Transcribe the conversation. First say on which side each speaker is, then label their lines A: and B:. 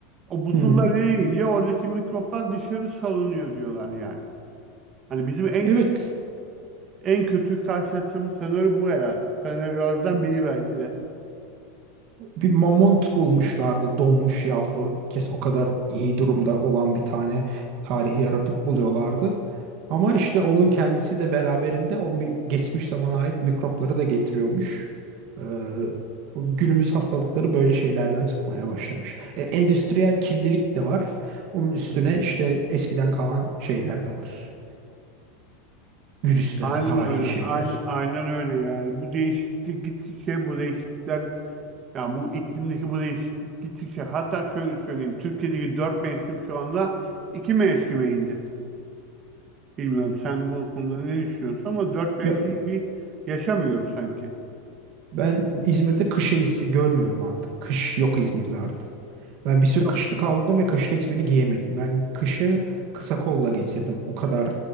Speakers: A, on the right; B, on the right.
A: O buzullar
B: Hı.
A: eriyince oradaki mikroplar dışarı salınıyor diyorlar yani. Hani bizim en
B: Evet
A: en kötü karşılaşacağımız senaryo bu herhalde. Senaryolardan biri belki de.
B: Bir mamont bulmuşlardı donmuş yavru. İlk kez o kadar iyi durumda olan bir tane tarihi yaratık buluyorlardı. Ama işte onun kendisi de beraberinde o mi- geçmiş zamana ait mikropları da getiriyormuş. Ee, günümüz hastalıkları böyle şeylerden çıkmaya başlamış. E, endüstriyel kirlilik de var. Onun üstüne işte eskiden kalan şeyler de var. Virüsler,
A: Aynen
B: tarihi
A: öyle.
B: şeyler.
A: Aynen, aynen öyle yani. Bu değişiklik gittikçe bu değişiklikler yani bu iklimdeki bu değişiklik gittikçe hatta şöyle söyleyeyim. Türkiye'deki dört mevsim şu anda iki mevsime indi. Bilmiyorum sen bu konuda ne düşünüyorsun ama dört mevsim
B: Ya, e,
A: gibi yaşamıyoruz sanki.
B: ben İzmir'de kış eğisi görmüyorum artık. Kış yok İzmir'de artık. Ben bir sürü
A: Yok.
B: kışlık aldım ve kışta hiçbirini giyemedim. Ben kışı kısa kolla geçirdim. O kadar